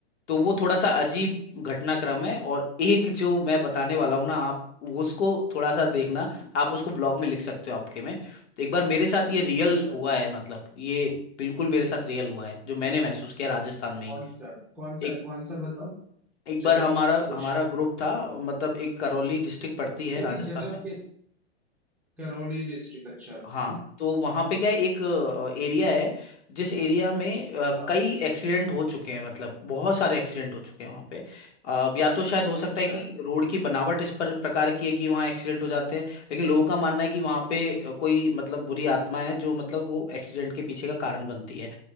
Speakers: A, on the left; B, in the centre.
A: तो वो थोड़ा सा अजीब घटनाक्रम है और एक जो मैं बताने वाला हूँ ना आप उसको थोड़ा सा देखना आप उसको ब्लॉग में लिख सकते हो आपके में एक बार मेरे साथ ये रियल
B: अच्छा
A: हुआ है मतलब ये बिल्कुल मेरे साथ रियल हुआ है जो मैंने महसूस किया राजस्थान में ही
B: कौन सा कौन सा
A: एक
B: कौन सा बताओ
A: एक बार
B: जगह
A: हमारा
B: कुछ
A: हमारा ग्रुप था मतलब एक करौली डिस्ट्रिक्ट पड़ती है
B: नहीं
A: राजस्थान
B: नहीं जगह
A: में
B: के करौली डिस्ट्रिक्ट अच्छा
A: हाँ
B: हाँ
A: तो वहां पे क्या है, एक एरिया है जिस एरिया में अ,
B: हाँ
A: कई एक्सीडेंट हो चुके हैं मतलब बहुत सारे एक्सीडेंट हो चुके हैं वहां पे अ, या तो शायद हो सकता
B: अच्छा
A: है कि रोड की बनावट इस पर, प्रकार की है कि वहाँ एक्सीडेंट हो जाते हैं लेकिन लोगों का मानना है कि वहाँ पे अ, कोई मतलब बुरी आत्मा है जो मतलब वो एक्सीडेंट के पीछे का कारण बनती है